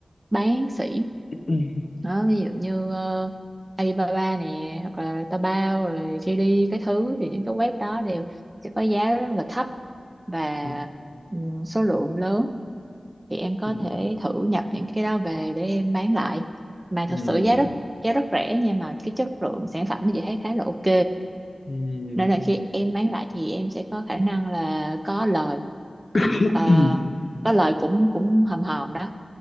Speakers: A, on the right; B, on the left.
A: bán sỉ
B: <clears throat>
A: đó ví dụ như ờ, Alibaba nè hoặc là Taobao rồi JD cái thứ thì những cái web đó đều sẽ có giá rất là thấp và
B: Ừm,
A: ừm, số lượng lớn thì em có
B: ừm,
A: thể thử nhập những cái đó về để em bán lại mà
B: ừm,
A: thật sự giá rất giá rất rẻ nhưng mà cái chất lượng sản phẩm thì chị thấy khá là ok
B: ừm, ừm.
A: nên là khi em bán lại thì em sẽ có khả năng là có lời
B: <coughs>
A: Ờ, có lời cũng cũng hòm hòm đó